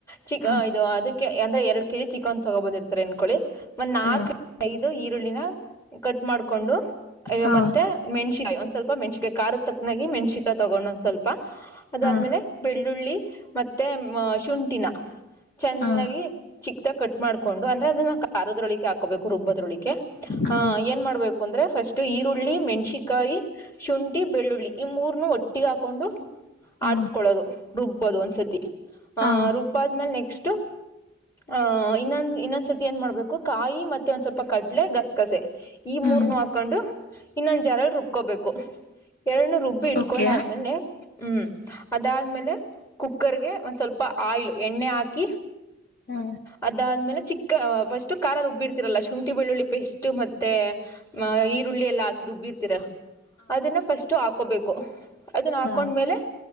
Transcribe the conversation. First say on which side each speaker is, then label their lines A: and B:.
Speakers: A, on the left; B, on the left.
A: ಚಿಕನ್
B: ಹ
A: ಇದು ಅದ ಅಂದ್ರೆ ಎರಡ್ ಕೆ ಜಿ ಚಿಕನ್ ತಗೊ ಬಂದಿರ್ತಾರೆ ಅನ್ಕೊಳ್ಳಿ ಮತ್ ನಾಲ್ಕು
B: ಹ
A: ಐದು ಈರುಳ್ಳಿನ ಕಟ್ ಮಾಡ್ಕೊಂಡು ಯ್ಯೋ
B: ಹಾ
A: ಮತ್ತೆ ಮೆಣಸಿಕಾಯಿಗೆ ಒಂದ್ ಸ್ವಲ್ಪ ಮೆಣಸಿಗೆಯ ಕಾರ ತಕ್ನಾಗಿ ಮೆಣ್ಸಿಕಾಯ ತಗೊಂಡ್ ಒಂದ್ ಸ್ವಲ್ಪ ಅದಾದ್ಮೇಲೆ
B: ಹಾ
A: ಬೆಳ್ಳುಳ್ಳಿ ಮತ್ತೆ ಶುಂಠಿನ ಚೆನ್ನಾಗಿ
B: ಹಾ
A: ಚಿಕ್ದಾಗ ಕಟ್ ಮಾಡ್ಕೊಂಡು ಅಂದ್ರೆ ಅದನ್ನ ಕಾರದ್ರೊಳಿಕೆ ಹಾಕಬೇಕು ರುಬ್ಬದ್ರೊಳಿ
B: ಹಾ
A: ಹ ಏನ್ ಮಾಡ್ಬೇಕು ಅಂದ್ರೆ ಫಸ್ಟ್ ಈರುಳ್ಳಿ ಮೆಣ್ಸಿಕಾಯಿ ಶುಂಠಿ ಬೆಳ್ಳುಳ್ಳಿ ಈ ಮೂರ್ನು ಒಟ್ಟಿ ಹಾಕೊಂಡು
B: ಹಾ
A: ಆಡ್ಸ್ಕೊಳ್ಳೋದು ರುಬ್ಬೋದು ಒಂದ್ಸತಿ
B: ಹಾ
A: ಆಹ ರುಬ್ಬಾದ್ಮೇಲ್ ನೆಕ್ಸ್ಟ್ ಆಹ ಇನ್ನೊಂದ್ ಇನ್ನೊಂದ್ಸರ್ತಿ ಏನ್ ಮಾಡ್ಬೇಕು ಕಾಯಿ ಮತ್ತೆ ಒಂದ ಸ್ವಲ್ಪ ಕಡಲೆ ಗಸ್ ಗಸೆ ಈ
B: ಹ್ಮ್
A: ಮೂರ್ನು ಹಾಕೊಂಡು ಇನ್ನೊಂದ ಜಾರಲಿ ರುಬ್ಕೋಬೇಕು ಎರಡು ರುಬ್ಬಿ ಇಟ್ಕೊಂಡಾದ್ಮೇಲೆ
B: ಓಕೆ
A: ಹ್ಮ್ ಅದಾದ್ಮೇಲೆ ಕುಕ್ಕರ್ಗೆ ಒಂದು ಸ್ವಲ್ಪ ಆಯಿಲು ಎಣ್ಣೆ ಹಾಕಿ
B: ಹಾ
A: ಅದಾದ್ಮೇಲೆ ಚಿಕ್ಕ ಫಸ್ಟ್ ಖಾರ ರುಬ್ಬಿರ್ತಿರಲ್ಲ ಶುಂಠಿ ಬೆಳ್ಳುಳ್ಳಿ ಪೆಸ್ಟ್ ಮತ್ತೆ ಈರುಳ್ಳಿ ಎಲ್ಲ ಹಾಕಿ ರುಬ್ಬಿರ್ತೀರ ಅದನ್ನ ಫಸ್ಟ್ ಹಾಕೋಬೇಕು ಅದನ್ನ ಹಾಕೊಂಡ್ಮೇಲೆ
B: ಹಾ